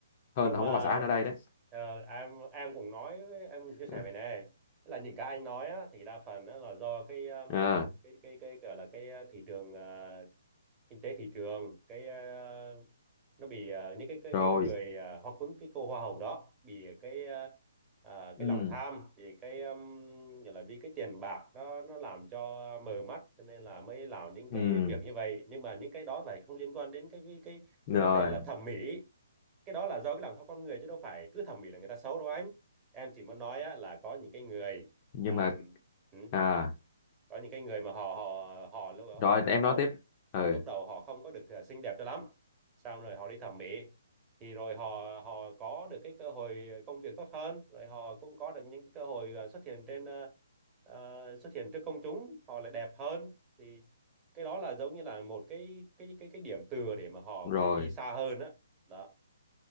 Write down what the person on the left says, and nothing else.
hơn
là không
có bà xã anh ở đây đấy
<laughs>
à,
rồi
ừ
ừ
rồi
nhưng
mà
à
rồi
em
nói tiếp ừ
rồi